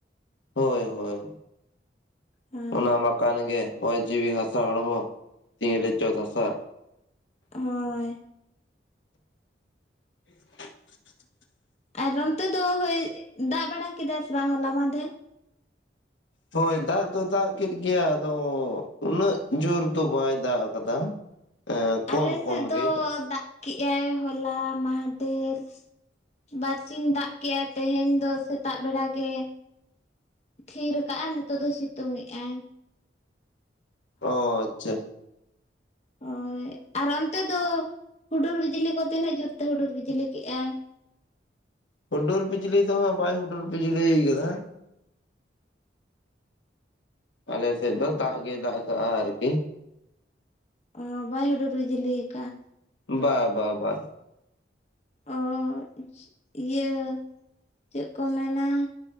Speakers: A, on the left; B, on the left.
A: ᱦᱳᱭ ᱦᱳᱭ
B: ᱦᱳᱭ
A: ᱚᱱᱟ ᱢᱟ ᱠᱟᱱ ᱜᱮ ᱦᱚᱭ ᱡᱤᱣᱤ ᱦᱟᱥᱟ ᱦᱚᱲᱢᱚ ᱛᱤᱱ ᱨᱮ ᱪᱚ ᱫᱷᱟᱥᱟᱜ
B: ᱦᱳᱭ
A: <inaudible>
B: ᱟᱨ ᱚᱱᱛᱮ ᱫᱚ ᱦᱳᱭ ᱫᱟᱜ ᱵᱟᱲᱟ ᱠᱮᱫᱟᱭ ᱥᱮ ᱵᱟᱝ ᱦᱚᱞᱟ ᱢᱟᱦᱫᱮᱨ
A: ᱦᱳᱭ ᱫᱟᱜ ᱫᱚ ᱫᱟᱜ ᱠᱮᱫ ᱜᱮᱭᱟ ᱟᱫᱚ ᱩᱱᱟᱹᱜ ᱡᱳᱨ ᱫᱚ ᱵᱟᱭ ᱫᱟᱜ ᱟᱠᱟᱫᱟ ᱦᱮᱸ ᱠᱚᱢ
B: ᱟᱞᱮ
A: ᱠᱚᱢ
B: ᱥᱮᱫ ᱫᱚ
A: ᱜᱮ
B: ᱫᱟᱜ ᱠᱮᱜᱼᱟᱭ ᱦᱚᱞᱟ ᱢᱟᱦᱫᱮᱨ ᱵᱟᱨ ᱥᱤᱧ ᱫᱟᱜ ᱠᱮᱜᱼᱟᱭ ᱛᱮᱦᱮᱧ ᱫᱚ ᱥᱮᱛᱟᱜ ᱵᱮᱲᱟ ᱜᱮ ᱛᱷᱤᱨ ᱟᱠᱟᱜᱼᱟᱭ ᱱᱤᱛᱚᱜ ᱫᱚ ᱥᱤᱛᱩᱝ ᱮᱼᱟᱭ
A: ᱚᱸ ᱟᱪᱪᱷᱟ
B: ᱦᱳᱭ ᱟᱨ ᱚᱱᱛᱮ ᱫᱚ ᱦᱩᱰᱩᱨ ᱵᱤᱡᱽᱞᱤ ᱠᱚ ᱛᱤᱱᱟᱹᱜ ᱡᱳᱨ ᱛᱮ ᱦᱩᱰᱩᱨ ᱵᱤᱡᱽᱞᱤ ᱠᱮᱼᱟᱭ
A: ᱦᱩᱰᱩᱨ ᱵᱤᱡᱽᱞᱤ ᱫᱚᱦᱟᱸᱜ ᱵᱟᱭ ᱦᱩᱰᱩᱨ ᱵᱤᱡᱽᱞᱤ ᱟᱠᱟᱫᱟ ᱟᱞᱮ ᱥᱮᱫ ᱫᱚ ᱫᱟᱜ ᱜᱮᱭ ᱫᱟᱜ ᱠᱟᱜᱼᱟ ᱟᱨᱠᱤ
B: ᱚᱸ ᱵᱟᱭ ᱦᱩᱰᱩᱨ ᱵᱤᱡᱽᱞᱤ ᱟᱠᱟᱼᱟ
A: ᱵᱟ ᱵᱟ ᱵᱟ
B: ᱚᱸ ᱤᱭᱟᱹ ᱪᱮᱫ ᱠᱚ ᱢᱮᱱᱟ